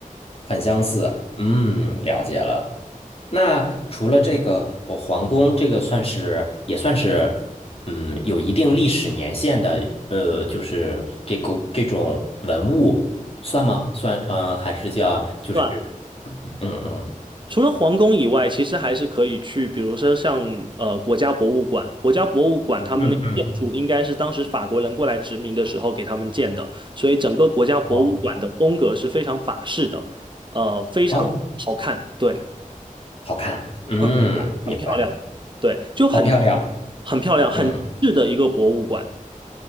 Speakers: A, on the left; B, on the right.
A: 很相似。嗯，了解了。那除了这个，我皇宫这个算是也算是，嗯，有一定历史年限的，呃，就是这个这种文物算吗？算，嗯、还是叫就是，
B: 算，
A: 嗯嗯
B: 除了皇宫以外，其实还是可以去，比如说像呃国家博物馆，国家博物馆他们那个建筑应该是当时法国人过来殖民的时候给他们建的，
A: 嗯嗯，
B: 所以整个国家博物馆的风格是非常法式的，
A: 哦。
B: 呃，非常好看，
A: 哦，
B: 对，
A: 好看，嗯，
B: 很
A: 明白，
B: 很漂亮，
A: 了，
B: 对，就很
A: 好漂亮，
B: 很漂亮，很质的一个博物馆，
A: 嗯